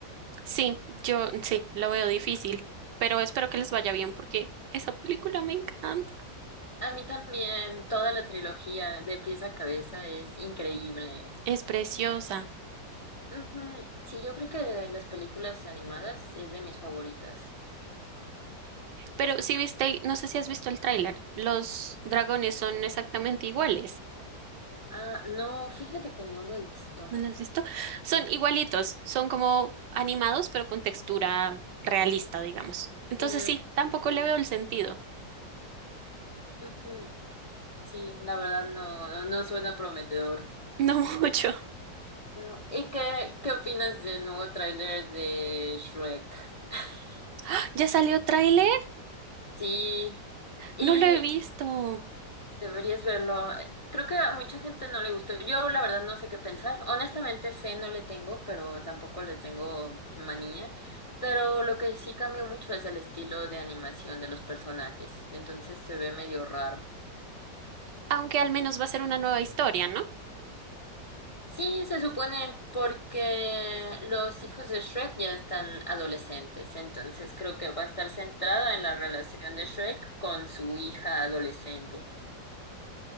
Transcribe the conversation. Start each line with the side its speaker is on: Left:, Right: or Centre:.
Right: Sí, yo sí, lo veo difícil. Pero espero que les vaya bien porque esa película me encanta.
Left: A mí también toda la trilogía de pies a cabeza es increíble.
Right: Es preciosa.
Left: Ujú, Sí, yo creo que de las películas animadas es de mis favoritas.
Right: Pero si viste, no sé si has visto el tráiler. Los dragones son exactamente iguales.
Left: Ah, no, fíjate que no lo he visto.
Right: ¿No las has visto? Son igualitos, son como animados, pero con textura realista, digamos. Entonces
Left: Mm,
Right: sí, tampoco
Left: sí,
Right: le veo el sentido.
Left: ujú, sí, la verdad no, no no suena prometedor.
Right: No mucho.
Left: No. ¿Y qué, qué opinas del nuevo tráiler de Shrek? <laughs>
Right: <laughs> ¿Ya salió tráiler?
Left: Sí. Y
Right: No lo he visto.
Left: deberías verlo. Creo que a mucha gente no le gustó. Yo la verdad no sé qué pensar. Honestamente, fe no le tengo, pero tampoco le tengo manía. Pero lo que sí cambió mucho es el estilo de animación de los personajes. Entonces se ve medio raro.
Right: Aunque al menos va a ser una nueva historia, ¿no?
Left: Sí, se supone porque los hijos de Shrek ya están adolescentes, entonces creo que va a estar centrada en la relación de Shrek con su hija adolescente.